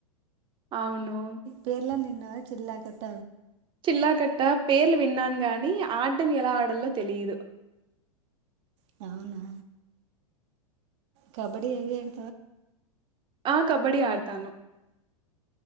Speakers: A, on the right (about 25°); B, on the right (about 55°).
A: అవునవును
B: పేర్లన్నీ నా జీల్లా కట్ట
A: చిల్ల కట్టా పేర్లు విన్నాను కా నీ ఆటని ఎలా ఆడాలో తెలియదు
B: టౌనా కబడి <unintelligible>
A: ఆ కబడి ఆడతాను